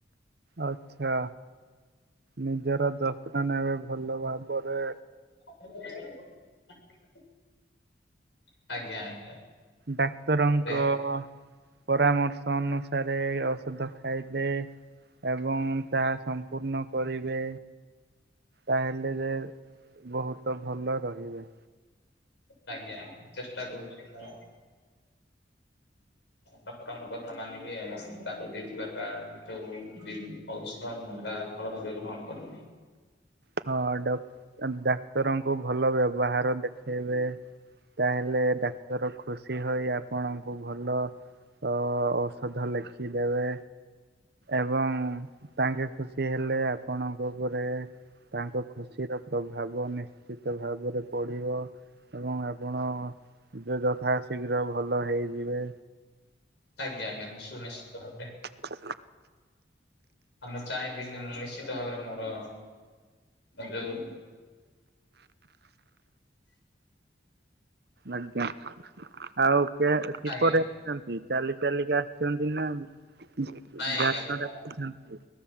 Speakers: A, on the right; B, on the left.
A: ଆଛା ନିଜର ଯତ୍ନ ନେବେ ଭଲ ଭାବରେ।
B: <inaudible> ଆଜ୍ଞା ଆଜ୍ଞା
A: ଡାକ୍ତରଙ୍କ
B: ରେ
A: ପରାମର୍ଶ ଅନୁସାରେ ଔଷଧ ଖାଇଲେ? ଏବଂ ତାହା ସମ୍ପୂର୍ଣ୍ଣ କରିବେ? ତାହେଲେ ଯେ ବହୁତ ଭଲ ରହିବେ।
B: ଆଜ୍ଞା ଚେଷ୍ଟା କରୁଛି ମୁଁ। ଡକ୍ଟରଙ୍କ କଥା ମାନିବେ ଏବଂ ତାଙ୍କ ଦେଇଥିବା ତା ଯୋଉ ଔଷଧ ମୁଁ ତା ଭଲ ଭାବେ ଗ୍ରହଣ କରିବୁ।
A: ହଁ ଡ ଡାକ୍ତରଙ୍କୁ ଭଲ ବ୍ୟବହାର ଦେଖେଇବେ। ତାହେଲେ ଡାକ୍ତର ଖୁସ ସି ହୋଇ ଆପଣଙ୍କୁ ଭଲ ଅ ଔଷଧ ଲେଖି ଦେବେ। ଏବଂ ତାଙ୍କେ ଖୁସି ହେଲେ ଆପଣଙ୍କ ଉପରେ ତାଙ୍କ ଖୁସିର ପ୍ରଭାବ ନିଶ୍ଚିତ ଭାବରେ ପଡ଼ିବ ଏବଂ ଆପଣ ଯ ଯଥା ଶୀଘ୍ର ଭଲ ହେଇଯିବେ।
B: ଆଜ୍ଞ ଆଜ୍ଞା ନିଶ ଶୁନିଶ୍ଚିତ ଭାବରେ।
A: ହ
B: ଆଉ ମୁଁ ଚାହିଁବିନି ମୁଁ ନିଶ୍ଚିତ ଭାବରେ ମୋର ଆ ଯୋଉ
A: ଆଜ୍ଞା ଆଉ କେ କିପରି
B: ଆଜ୍ଞା
A: ଅଛନ୍ତି? ଚାଲି ଚାଲିକା ଆସିଛନ୍ତି ନା ଯା
B: ନାଇଁ ଆଜ୍ଞା
A: ଯାନରେ
B: ମୁଁ
A: ଆସିଛନ୍ତି?